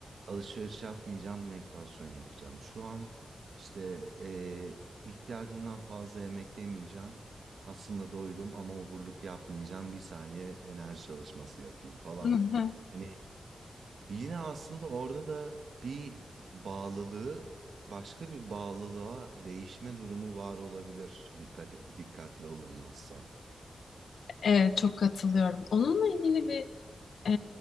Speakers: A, on the right; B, on the left.
A: alışveriş yapmayacağım, meditasyon yapacağım. Şu an işte e, ihtiyacımdan fazla yemek yemeyeceğim. Aslında doydum ama oburluk yapmayacağım. Bir saniye enerji çalışması yapayım falan.
B: <laughs>
A: Hani yine aslında orada da bir bağlılığı başka bir bağlılığa değişme durumu var olabilir dikkat dikkatli olunmazsa.
B: Evet, çok katılıyorum. Onunla ilgili bir e,